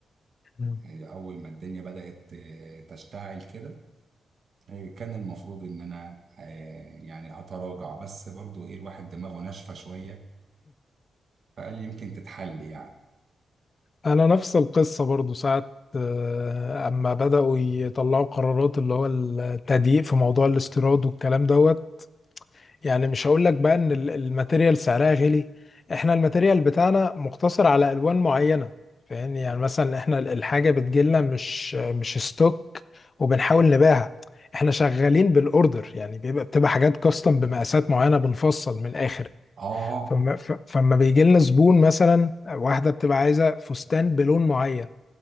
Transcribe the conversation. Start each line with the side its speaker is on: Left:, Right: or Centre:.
Left: مم.
Right: آه، أول ما الدنيا بدأت آه، تشتعل كده إيه، كان المفروض ان انا آه، يعني اتراجع بس برضو ايه الواحد دماغه ناشفه شويه فقال يمكن تتحل يعني
Left: انا نفس القصة برضو ساعة آه، اما بدأوا يطلعوا قرارات اللي هو التضييق في موضوع الاستيراد والكلام دوت يعني مش هقول لك بقى ان ال- الماتيريال سعرها غالي احنا الماتيريال بتاعنا مقتصر على الوان معينه فاهمني يعني مثلا احنا ال- الحاجه بتجيلنا مش مش ستوك وبنحاول نبيعها احنا شغالين بالاوردر يعني بيبقى بتبقى حاجات كاستم بمقاسات معينه بنفصل من الاخر
Right: اه
Left: فما ف- فما بيجي لنا زبون مثلا واحده بتبقى عايزه فستان بلون معين